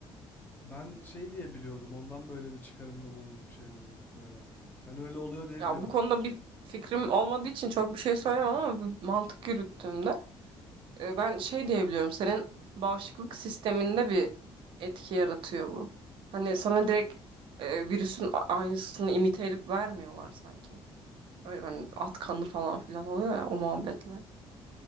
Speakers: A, on the left; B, on the right.
A: Ben şey diye biliyordum. Ondan böyle bir çıkarımda bulunup bir şey dedim böyle. Ben öyle oluyor diye
B: Ya
A: biliyordum.
B: bu konuda bir fikrim olmadığı için çok bir şey söyleyemem ama bir mantık yürüttüğümde e, ben şey diyebiliyorum. Senin bağışıklık sisteminde bir etki yaratıyor bu. Hani sana direkt e, virüsün a- aynısını imite edip vermiyorlar sanki. Böyle hani at kanı falan filan oluyor ya o muhabbetler.